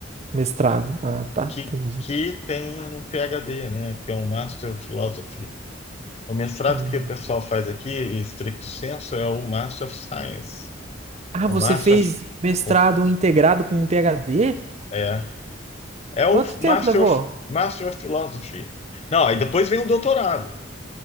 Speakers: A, on the right; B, on the left.
A: Mestrado. Ah, tá.
B: Que,
A: Entendi.
B: que tem um PhD, né? Que é um Master of Philosophy. O mestrado
A: Uhum.
B: que o pessoal faz aqui, em stricto senso, é o Master of Science.
A: Ah,
B: O
A: você
B: Master
A: fez
B: of,
A: mestrado
B: o-
A: integrado com um PhD?
B: é, é o
A: Quanto tempo
B: Master
A: levou?
B: of, Master of Philosophy. Não, aí depois vem o doutorado.